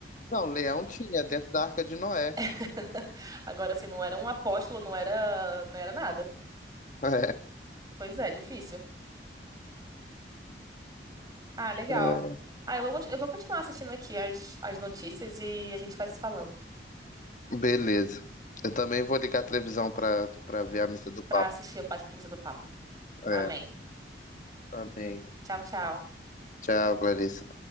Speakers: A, on the left; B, on the right.
A: Não, leão tinha dentro da Arca de Noé. <laughs>
B: <laughs> Agora, assim, não era um apóstolo, não era, não era nada.
A: É.
B: Pois é, difícil. Ah, legal.
A: É.
B: Ah, eu vou, conti- eu vou continuar assistindo aqui as, as notícias e a gente vai se falando
A: Beleza. Eu também vou ligar a televisão para para ver a missa do Papa.
B: pra assistir a pa- Missa do Papa.
A: É.
B: Amém.
A: Amém.
B: Tchau, tchau.
A: Tchau, Clarice.